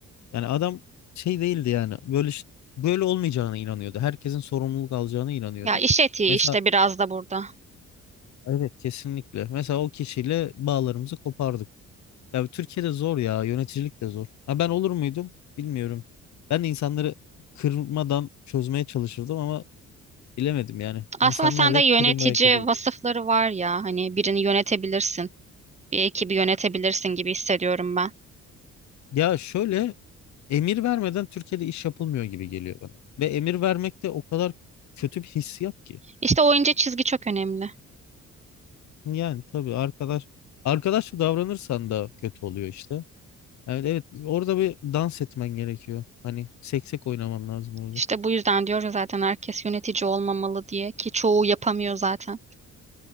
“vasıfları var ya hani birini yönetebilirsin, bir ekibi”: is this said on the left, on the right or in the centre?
Right